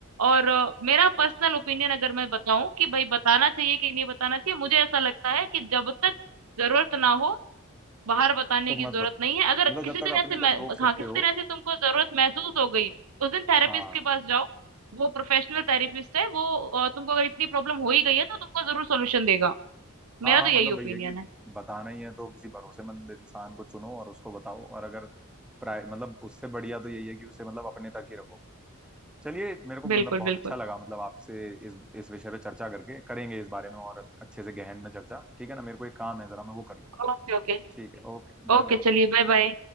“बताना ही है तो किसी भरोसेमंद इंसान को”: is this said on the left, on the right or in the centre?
Centre